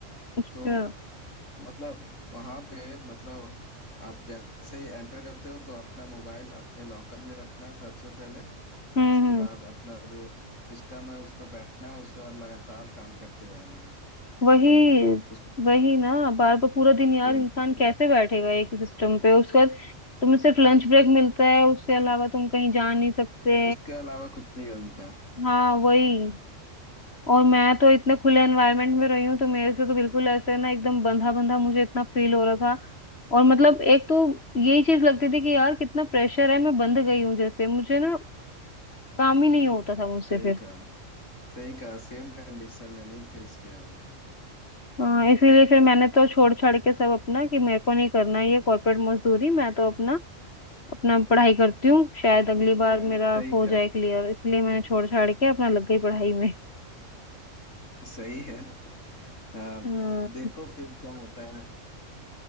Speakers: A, on the left; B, on the left.
A: अच्छा
B: तो मतलब वहां पे मतलब आप जैसे ही एंटर करते हो तो अपना मोबाइल अपने लॉकर में रखना है सबसे पहले
A: हम्म
B: उसके
A: हम्म
B: बाद अपना जो सिस्टम है उस पर बैठना है उसके बाद लगातार काम करते रहना है
A: वही
B: मतलब उस
A: वही ना बार बार पूरा दिन
B: पे
A: यार
B: सेम
A: इंसान
B: सिस्टम
A: कैसे बैठेगा एक सिस्टम पे उसके बाद तुम्हें सिर्फ लंच ब्रेक मिलता है उसके अलावा तुम कहीं जा नहीं सकते
B: उसके अलावा कुछ नहीं बनता
A: हाँ वही और मैं तो इतने खुले एनवायरनमेंट में रही हूँ तो मेरे से तो बिल्कुल ऐसे ना एकदम बंधा बंधा मुझे इतना फील हो रहा था और मतलब एक तो यही चीज लगती थी कि यार कितना प्रेशर है मैं बंद गई हूँ जैसे मुझे ना काम ही नहीं होता था मुझसे
B: सही
A: फिर
B: कहा सही कहा सेम कंडीशन मैंने भी फेस किया है वो
A: हाँ इसीलिए फिर मैंने तो छोड़ छाड़ के सब अपना कि मेरे को नहीं करना ये कॉर्पोरेट मजदूरी मैं तो अपना अपना पढ़ाई करती हूँ शायद अगली
B: अच्छा
A: बार मेरा
B: सही
A: हो
B: कहा
A: जाए क्लियर इसलिए मैंने छोड़ छाड़ के अपना लग गई पढ़ाई में
B: सही है फिर आ,
A: हाँ
B: देखो फिर क्या होता है